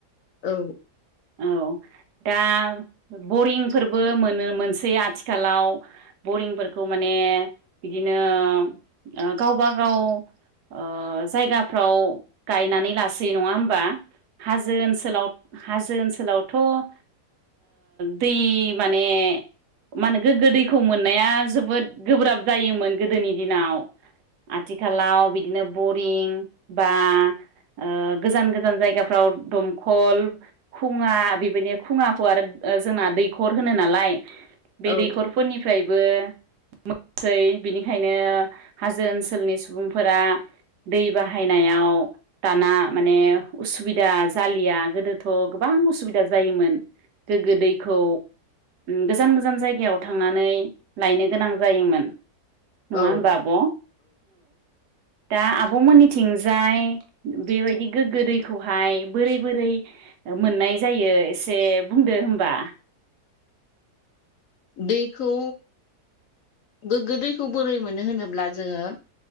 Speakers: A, on the left; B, on the right.
A: औ
B: औ दा बरिंफोरबो मोनो मोनसै आथिख आथिखालाव बरिंफोरखौ माने बिदिनो ओ गावबा गाव, ओ जायगाफ्राव गायनानै लासै नङा होमबा? हाजो ओनसोलाव, हाजो ओनसोलावथ' ओ दै माने, मानो गोग्गो दैखौ मोननाया जोबोद गोब्राब जायोमोन गोदोनि दिनाव आथिखालाव बिदिनो बरिं बा ओ गोजान गोजान जायगाफ्राव दमखल खुङा बेबायदि खुङाखौ आरो ओ जोंना दैखर होनो नालाय बे
A: औ औ
B: दैखरफोरनि फ्रायबो मोनसै बिनिखायनो हाजो ओनसोलनि सुबुंफोरा दै बाहायनायाव, <unintelligible> दाना माने उसुबिदा जालिया गोदोथ' गोबां उसुबिदा जायोमोन। गोग्गो दैखौ गोजान गोजान जाय जायगाव थांनानै लायनो गोनां जायोमोन।
A: औ
B: नङा होनबा आब' औ दा आबमोननिथिंजाय बेबायदि गोग्गो दैखौहाय बोरै बोरै मोननाय जायो एसे बुंदो होमबा,
A: दैखौ गोग्गो दैखौ बोरै मोनो होनोब्ला जोङो,